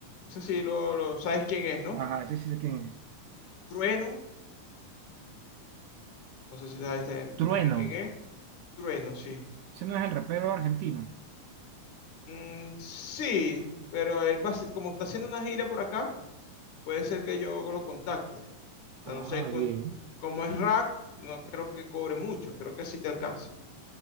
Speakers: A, on the left (about 65°); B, on the right (about 80°).
A: no sé si lo, lo- sabes quién es, ¿no?
B: ajá, ese sí sé quién es.
A: Trueno, no sé si sabes tam-
B: Trueno,
A: también quién es. Trueno, sí.
B: ese no es el rapero argentino.
A: Mm, sí, pero él va a ser- como está haciendo una gira por acá, puede ser que yo lo contacte. Ya
B: Ah,
A: No sé, cuán-
B: bien.
A: como es rack, no creo que cobre mucho, creo que sí te alcanza.